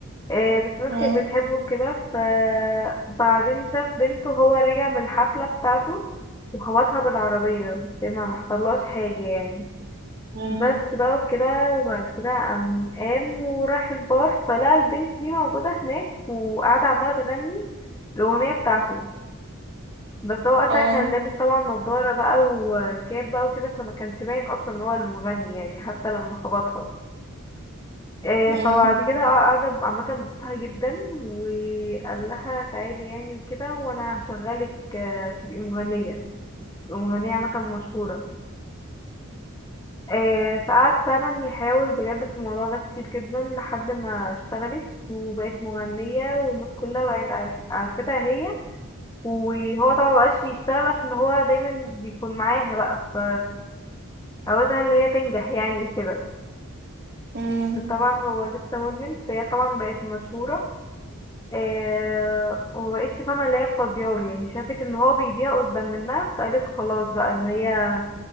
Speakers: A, on the left (about 20°); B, on the right (about 50°).
A: آه، بس الناس
B: مم،
A: كانت بتحبه كده فبعدين شاف بنته هو راجع من الحفلة بتاعته وخبطها بالعربية بس ما محصلهاش حاجة يعني
B: مم،
A: بس بقى وكده وبعد كده قام قام وراح البار فلقى البنت دي موجودة هناك وقاعدة عمالة تغني الأغنية بتاعته بس هو وقتها
B: اه
A: كان لابس طبعا نضارة بقى وكاب بقى وكده فما كانش باين اصلا ان هو المغني يعني حتى لما خبطها آه،
B: مم،
A: فبعد كده اعجب عامة بصوتها جدا وقال لها تعالي يعني وكده وانا هشغلك آه، تبقي مغنية تبقي مغنية عامة مشهورة آه، فقعد فعلا يحاول بجد في الموضوع ده كتير جدا لحد ما اشتغلت وبقت مغنية والناس كلها بقت عارف- عارفتها هي وهو طبعا مبقاش يشتغل عشان هو دايما بيكون معاها بقى ف عاوزها اللي هي تنجح يعني وكده
B: مم.
A: طبعا هو لسه مدمن فهي طبعا بقت مشهورة آه ومبقتش فاهمة اللي هي فاضياله يعني شافت ان هو بيضيع قدام منها فقالت خلاص بقى ان هي